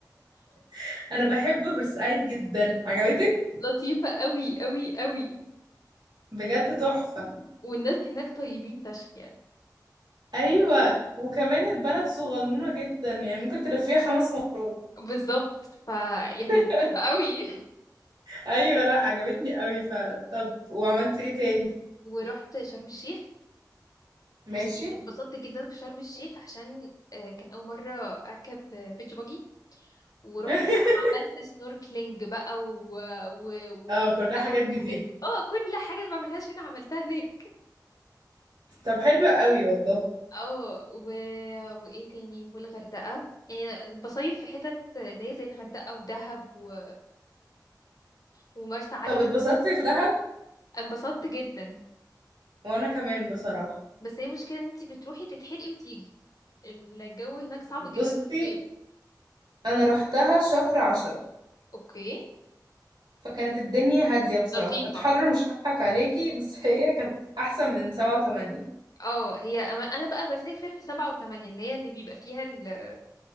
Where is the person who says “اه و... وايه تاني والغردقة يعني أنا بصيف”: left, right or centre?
Left